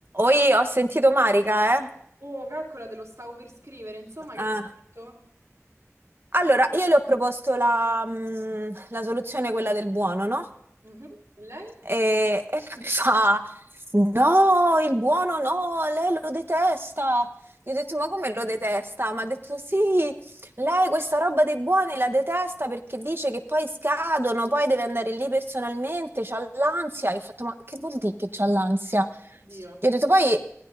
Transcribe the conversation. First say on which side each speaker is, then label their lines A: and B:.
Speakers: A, on the right (about 45°); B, on the right (about 75°).
A: Oi, ho sentito Marica, eh?
B: Oh, calcola, te lo stavo per scrivere. Insomma, che
A: Eh.
B: ti ha detto?
A: Allora, io le ho proposto la, mm, la soluzione, quella del buono, no?
B: Mhm. E lei?
A: E, e lei mi <laughs> fa, no, il buono no, lei lo detesta. Gli ho detto, ma come lo detesta? Mi ha detto, sì, lei questa roba dei buoni la detesta perché dice che poi scadono, poi deve andare lì personalmente, c'ha l'ansia. Io ho fatto, ma che vuol dire che c'ha l'ansia?
B: Oddio.
A: Gli ho detto, poi...